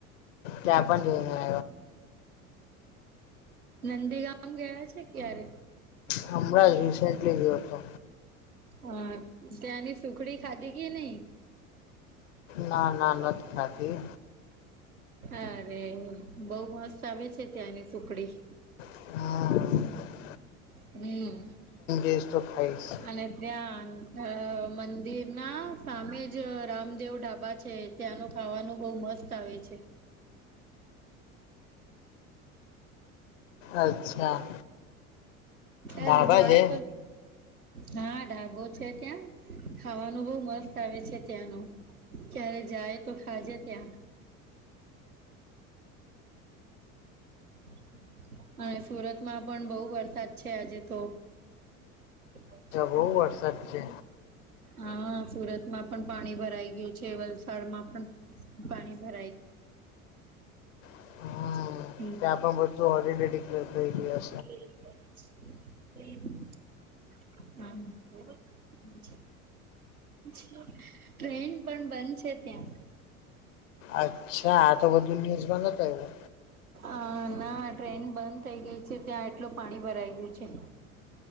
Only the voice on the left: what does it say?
જાપાન જયેલા
હમણાં જ રિસેન્ટલી ગયો હતો
ના ના નથી ખાઘી
હા
જઈશ તો ખાઈશ
અચ્છા
ધાબા
છે
બહુ
વરસાદ
છે
હમ
ત્યાં પણ બધું હોલિડે ડિક્લેર થઈ ગ્યું હે
અચ્છા આ તો બધું ન્યુઝમાં નથ આયવુ